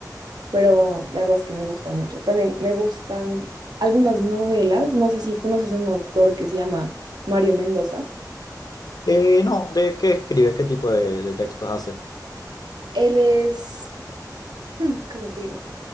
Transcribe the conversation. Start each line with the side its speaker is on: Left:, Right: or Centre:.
Right: pero la verdad es que me gusta mucho. También me gustan algunas novelas. No sé si conoces a un autor que se llama Mario Mendoza.
Left: Eh, no, ¿de qué escribe? ¿Qué tipo de, de textos hace?
Right: Él es, <laughs> hmm, ¿cómo te digo?